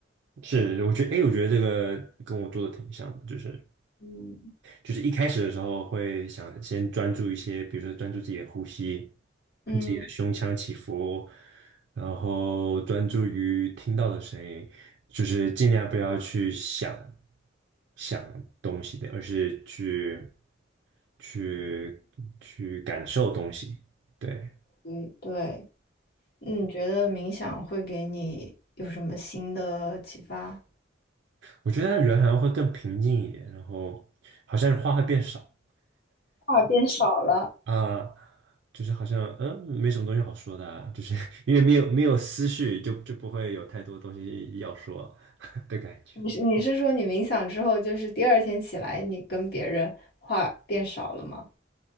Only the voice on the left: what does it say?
嗯，
嗯，
嗯，对，你觉得冥想会给你有什么新的启发？
话变少了，
你是你是说你冥想之后，就是第二天起来，你跟别人话变少了吗？